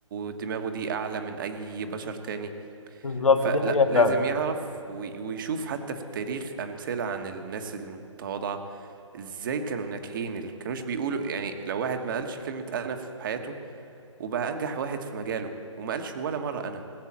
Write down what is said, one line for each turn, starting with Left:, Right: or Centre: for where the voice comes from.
Right: دماغه دي أعلى من أي بشر تاني
Left: بالظبط
Right: فلا
Left: دي حقيقه
Right: لازم
Left: فعلا
Right: يعرف وي- ويشوف حتى في التاريخ أمثلة عن الناس المتواضعة ازاي كانوا ناجحين اللي ما كانوش بيقولوا يعني لو واحد ما قالش كلمة أنا في حياته وبقى أنجح واحد في مجاله وما قالش ولا مرة أنا